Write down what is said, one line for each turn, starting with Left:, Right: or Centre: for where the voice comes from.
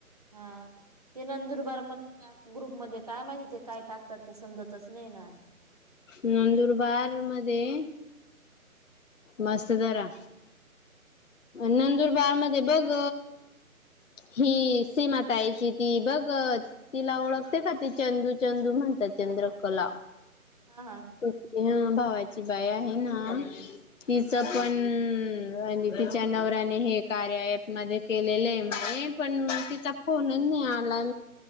Right: हा ते नंदुरबार म ग्रुपमध्येध्ये काय माहिती ते काय टाक तर ते समजतच नई ना.
Left: नंदुरबार मध्ये मस्त जरा. नंदुरबार मध्ये बग ही सीमाताईची ती बघ तिला ओळखते का ती चंदू चंदू म्हण तर चंद्रकला...
Right: हा हा
Left: ह्या भावाची ती बाई आहे ना तिच पण <unintelligible> च्या नवऱ्याने हे कार्या अँप मध्ये केलेलए म्हने पण मग तिचा फोनच नाई आला.